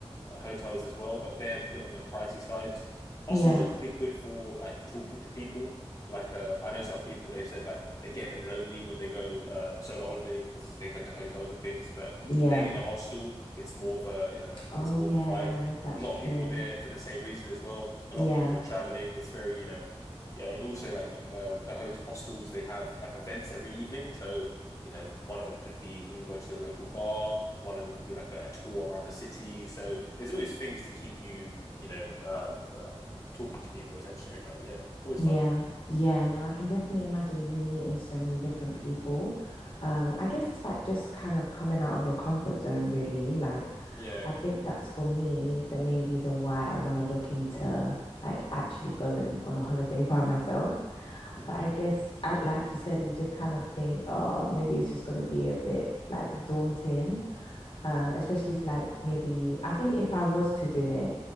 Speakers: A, on the left; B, on the left.
A: uh, hotels as well, but they're a bit on the pricey sides. Hostels
B: Yeah.
A: are normally good for like talking to people. Like uh, I know some people they've said like they get a bit lonely when they go uh, solo holidaying because they go to hotels and things, but
B: Yeah.
A: staying in a hostel it's more of a you know
B: Oh,
A: it's more
B: yeah,
A: of a vibe.
B: that's
A: A lot
B: true.
A: of people are there for the same reason as well. A
B: Yeah.
A: lot of people are traveling. It's very you know yeah, and also like you, uh, the host hostels they have like events every evening. So you know one of them could be we will go to the local bar one of them could be like a, a tour around the city. So there's always things to keep you, you know, uh, uh, talking to people essentially like that. Yeah, it's always
B: Yeah,
A: fun.
B: yeah, no, I can definitely imagine you meeting so many different people. Um, I guess it's like just kind of coming out of your comfort zone, really. Like,
A: Yeah,
B: I think that's for me the main reason why I want to look into like actually going on a holiday <laughs> by myself.
A: <laughs>
B: But I guess, I, like you said, you just kind of think, oh, maybe it's just going to be a bit like daunting. Um, especially if like maybe I think if I was to do it,